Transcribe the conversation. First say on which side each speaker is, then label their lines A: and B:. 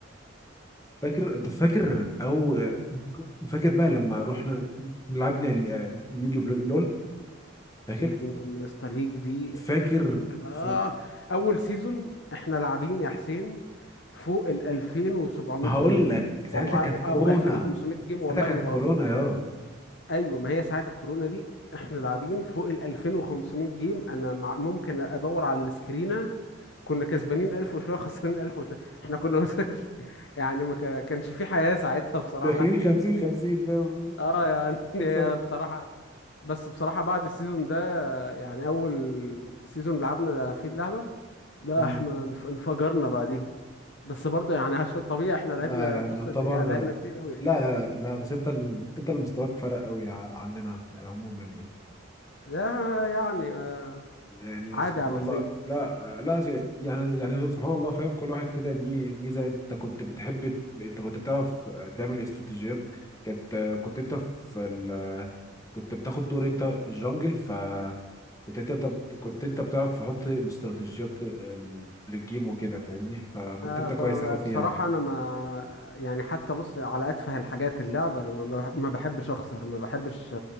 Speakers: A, on the left; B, on the left.
A: فاكر طب فاكر او آه، فاكر بقى لما رحنا لعبنا ليج اوف لول فاكر
B: يا دين ام يا اسطى ليج دي
A: فاكر
B: آه.
A: ف...
B: اول سيزون احنا لاعبين يا حسين فوق ال 2700
A: هقول
B: جيم
A: لك ساعتها
B: والله
A: كانت
B: او
A: كورونا
B: أو 2500 جيم
A: ساعتها
B: والله
A: كانت
B: ما بهزر
A: كورونا يا
B: ايوه ما هي ساعه الكورونا دي احنا لاعبين فوق ال 2500 جيم انا مع ممكن ادور على السكرينه كنا كسبانين 1000 وشويه خسرانين 1000 وشويه احنا كنا وصل <laughs> يعني ما كا- كانش في حياه ساعتها بصراحه
A: داخلين 50 50 فاهم
B: اه يعني <laughs> هي
A: تكسب
B: بصراحه بس بصراحه بعد السيزون ده يعني اول سيزون لعبنا فيه اللعبه لا
A: مم.
B: احنا انف- انفجرنا بعديها بس برضه يعني عشان طبيعي احنا لعبنا
A: لا يعني
B: بص
A: يعتبر
B: قد ايه يعني
A: ب...
B: لعبنا
A: لا
B: كتير قوي
A: لا لا لا، بس انت ال... انت اللي مستواك فرق قوي ع- عننا يعني عموما يعني
B: ده يعني آه،
A: يعني
B: عادي
A: سبحان
B: يا عم
A: الله
B: حسين
A: لا لا شيء- يعني يعني سبحان الله فاهم كل واحد كده ليه ميزة انت كنت بتحب انت كنت بتعرف تعمل استراتيجيات كانت كنت انت في ال... كنت بتاخد دور انت الجنجل ف كنت انت طب كنت انت بتعرف تحط الاستراتيجيات ال- للجيم وكده فاهمني فكنت
B: لا،
A: انت
B: ب-
A: كويس
B: ب-
A: قوي فيها
B: بصراحة أنا ما يعني حتى بص على أتفه الحاجات اللعبة أنا ما بح- ما بحبش أخسر ما بحبش